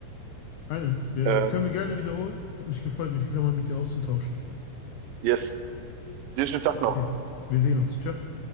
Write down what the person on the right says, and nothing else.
Ähm,
yes, dir schönen Tag
noch.